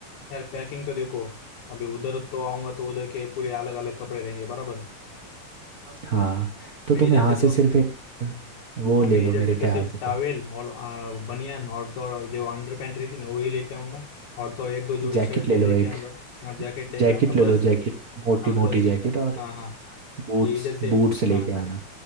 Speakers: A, on the left; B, on the right.
A: यार पैकिंग तो देखो अभी उधर तो आऊंगा तो उधर के पूरे अलग अलग कपड़े रहेंगे बराबर
B: हाँ तो
A: मैं
B: तुम
A: इधर
B: यहाँ
A: से
B: से
A: तो
B: सिर्फ एक वो
A: या
B: ले
A: मैं
B: लो
A: इधर
B: मेरे
A: से तो
B: ख्याल
A: सिर्फ
B: से
A: टावेल
B: तो
A: और आ, बनियान और तो और जो अंडर पैंट रहती ना वही लेके आऊंगा और तो और एक दो जोड़ी
B: जैकेट
A: शर्ट
B: ले
A: ये लेके
B: लो एक
A: आऊंगा हाँ जैकेट लेके
B: जैकेट
A: आऊंगा बस
B: ले लो जैकेट मोटी
A: हाँ
B: मोटी
A: बस
B: जैकेट
A: इतना
B: और
A: हाँ हाँ
B: बूट्स
A: ये इधर से
B: बूट्स लेके
A: हाँ
B: आना